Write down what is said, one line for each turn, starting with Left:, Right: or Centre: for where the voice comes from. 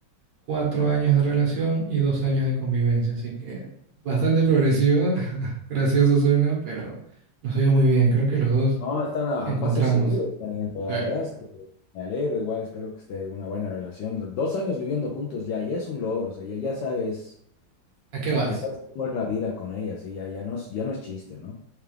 Right: cuatro años de relación y dos años de convivencia, así que bastante progresiva, <laughs> gracioso suena, pero nos ha ido muy bien, creo que los dos
Left: No, están a,
Right: encontramos.
Left: a paso seguro, están yendo. La
Right: eh,
Left: verdad es que me alegro, igual espero que esté una buena relación. Do- Dos años viviendo juntos ya, ya es un logro, o sea, ya, ya sabes,
Right: ¿a qué vas?
Left: ya sabes cómo es la vida con ella, sí, ya, ya no es, ya no es chiste, ¿no?